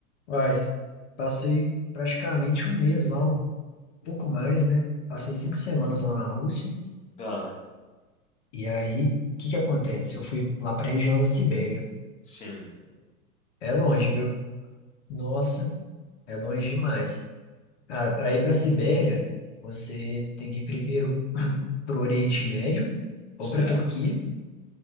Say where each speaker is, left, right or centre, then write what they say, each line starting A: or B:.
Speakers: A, on the left; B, on the left.
A: Uai, passei praticamente um mês lá, um pouco mais, né? Passei cinco semanas lá na Rússia.
B: Ah,
A: E aí, o que que acontece? Eu fui lá pra região da Sibéria.
B: sim,
A: É longe, viu? Nossa, é longe demais. Cara, para ir pra Sibéria, você tem que ir primeiro <laughs> pro Oriente Médio ou
B: certo.
A: pra Turquia.